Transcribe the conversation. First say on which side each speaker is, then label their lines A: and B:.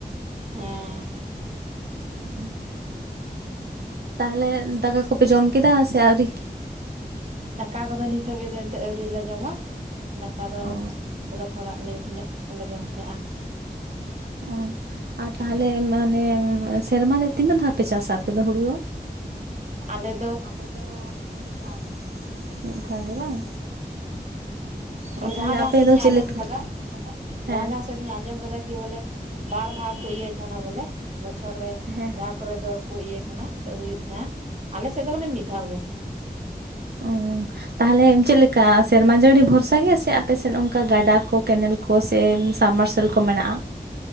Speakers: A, on the right; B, on the right.
A: ᱦᱮᱸ
B: <unintelligible> ᱛᱟᱦᱚᱞᱮ ᱫᱟᱠᱟ ᱠᱚᱯᱮ ᱡᱚᱢ ᱠᱮᱫᱟ ᱥᱮ ᱟᱹᱣᱨᱤ?
A: ᱫᱟᱠᱟ ᱠᱚᱫᱚ ᱱᱤᱛ ᱦᱟᱹᱵᱤᱡ ᱫᱚ ᱮᱱᱛᱮ ᱟᱹᱣᱨᱤᱞᱮ ᱡᱚᱢᱟ ᱫᱟᱠᱟ ᱫᱚᱼᱼ
B: ᱚ
A: ᱵᱚᱞᱮ ᱛᱷᱚᱲᱟ ᱞᱮᱴ ᱧᱚᱜ ᱫᱚᱞᱮ ᱡᱚᱢ ᱛᱟᱦᱮᱜᱼᱟ᱾
B: ᱚ ᱟᱨ ᱛᱟᱦᱚᱞᱮ ᱢᱟᱱᱮ ᱥᱮᱨᱢᱟ ᱨᱮ ᱛᱤᱱᱟᱹᱜ ᱫᱷᱟᱣ ᱯᱮ ᱪᱟᱥᱟ ᱟᱯᱮ ᱫᱚ ᱦᱩᱲᱩ ᱫᱚ?
A: ᱟᱞᱮᱼᱼ
B: ᱟᱞᱮ ᱫᱚ ᱢᱤᱫ ᱫᱷᱟᱣ ᱜᱮ ᱢᱤᱫ ᱫᱷᱟᱣ ᱜᱮ ᱵᱟᱝ ᱚ
A: ᱦᱮᱸ
B: ᱛᱟᱦᱚᱞᱮ
A: ᱡᱟᱦᱟᱸ
B: ᱟᱯᱮ
A: ᱡᱟᱦᱟᱸ ᱥᱮᱫ
B: ᱫᱚ
A: ᱤᱧ
B: ᱪᱮᱫ
A: ᱟᱸᱡᱚᱢ
B: ᱞᱮᱠᱟ
A: ᱟᱠᱟᱫᱟᱼᱼ
B: ᱦᱮᱸ
A: ᱡᱟᱦᱟ ᱡᱟᱦᱟ ᱥᱮᱫ ᱤᱧ ᱟᱸᱡᱚᱢ ᱠᱟᱫᱟ ᱠᱤ ᱵᱚᱞᱮ ᱵᱟᱨ ᱫᱷᱟᱣ ᱠᱚ ᱤᱭᱟᱹᱭ ᱛᱟᱦᱮᱱᱟ ᱵᱚᱞᱮ ᱵᱚᱪᱷᱚᱨ ᱨᱮ ᱾
B: ᱦᱮᱸ
A: ᱡᱟᱦᱟᱸ ᱠᱚᱨᱮ ᱫᱚ ᱠᱚ ᱤᱭᱟᱹᱭ ᱛᱟᱦᱮᱸᱱᱟ ᱮᱱᱛᱜ ᱦᱩᱭᱩᱜ ᱛᱟᱦᱮᱸᱱᱟ ᱟᱞᱮᱥᱮᱫ ᱫᱚ ᱢᱟᱱᱮ ᱢᱤᱫ ᱫᱷᱟᱣ ᱜᱮ᱾
B: ᱚ ᱛᱟᱦᱚᱞᱮ ᱪᱮᱫ ᱞᱮᱠᱟ ᱥᱮᱨᱢᱟ ᱡᱟᱹᱲᱤ ᱵᱷᱚᱨᱥᱟ? ᱥᱟᱜᱮ ᱥᱮ ᱟᱯᱮᱥᱮᱫ ᱚᱱᱠᱟ ᱜᱟᱰᱟ ᱠᱚ ᱠᱮᱱᱮᱞ ᱠᱚ ᱥᱮ ᱥᱟᱵᱢᱟᱨᱥᱟᱞ ᱠᱚ ᱢᱮᱱᱟᱜᱼᱟ?